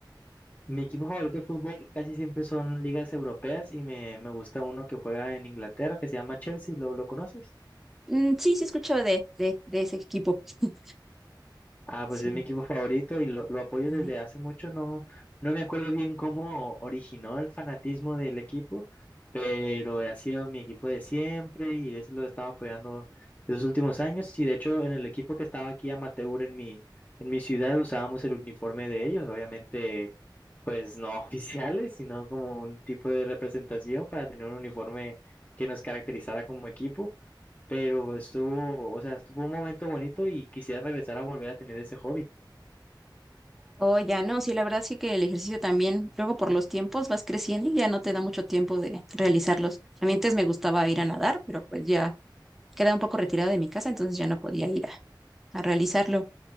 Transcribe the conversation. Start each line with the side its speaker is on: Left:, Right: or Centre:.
Left: Mi equipo favorito de fútbol casi siempre son ligas europeas y me, me gusta uno que juega en Inglaterra que se llama Chelsea. ¿Lo, lo conoces?
Centre: Mm, sí, sí escucho de, de, de ese equipo. <laughs>
Left: Ah,
Centre: Sí.
Left: pues es mi equipo favorito y lo, lo apoyo
Centre: Ah,
Left: desde
Centre: ya.
Left: hace mucho. No, no me acuerdo bien cómo originó el fanatismo del equipo, pero ha sido mi equipo de siempre y ese lo he estado apoyando los últimos años. Y de hecho, en el equipo que estaba aquí amateur en mi, en mi ciudad usábamos el uniforme de ellos, obviamente, pues no <laughs> oficiales, sino como un tipo de representación para tener un uniforme que nos caracterizara como equipo pero estuvo, o sea, estuvo un momento bonito y quisiera regresar a volver a tener ese hobby.
Centre: Oh, ya no, sí, la verdad sí que el ejercicio también, luego por los tiempos vas creciendo y ya no te da mucho tiempo de realizarlos. A mí antes me gustaba ir a nadar, pero pues ya quedaba un poco retirado de mi casa, entonces ya no podía ir a, a realizarlo.